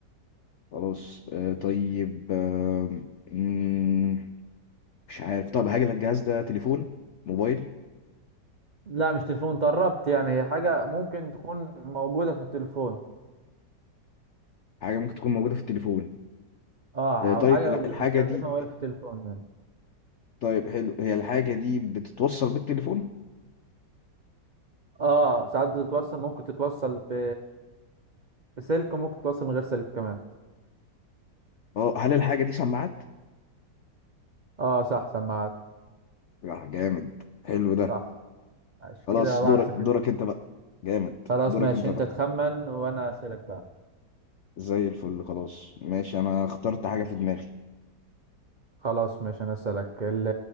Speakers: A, on the left; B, on the right.
A: خلاص آه، طيب آه، مم، مش عارف طب هل الجهاز ده تليفون موبايل
B: لا مش تليفون تقربت يعني هي حاجة ممكن تكون موجودة في التليفون
A: حاجة ممكن تكون موجودة في التليفون
B: اه
A: آه، طيب
B: او حاجة
A: الح-
B: بنستخدمها
A: الحاجة دي
B: وهي في التليفون يعني
A: طيب حلو هي الحاجة دي بتتوصل بالتليفون؟
B: اه ساعات بتتوصل ممكن تتوصل ب... بسلك وممكن تتوصل من غير سلك كمان
A: اه هل الحاجة دي سماعات؟
B: اه صح سماعات
A: لا جامد حلو ده
B: صح ماشي
A: خلاص
B: كده واحد
A: دورك
B: صفر
A: دورك
B: ليك
A: انت بقى جامد
B: خلاص
A: دورك
B: ماشي
A: انت
B: انت
A: بقى
B: تخمن وانا اسألك بقى
A: زي الفل خلاص ماشي انا اخترت حاجة
B: ماشي
A: في دماغي
B: خلاص ماشي انا اسألك ال-